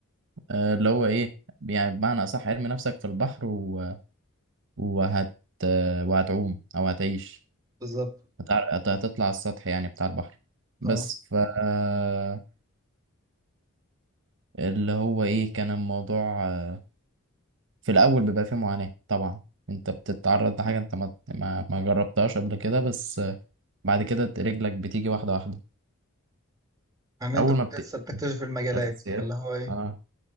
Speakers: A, on the right (about 60°); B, on the right (about 15°).
A: آه، اللي هو ايه يعني بمعنى اصح ارمي نفسك في البحر و... وهت وهتعوم او هتعيش
B: بالظبط
A: هتع... هت- هتطلع على السطح يعني بتاع البحر بس
B: اه
A: ف آه، اللي هو ايه كان الموضوع آه، في الاول بيبقى فيه معاناة طبعا انت بتتعرض لحاجة انت ما ما, ما جربتهاش قبل كده بس آه، بعد كده رجلك بتيجي واحدة واحدة
B: يعني انت
A: اول
B: كنت
A: ما بت
B: لسه بتكتشف المجالات
A: اساسيات
B: فاللي هو ايه
A: اه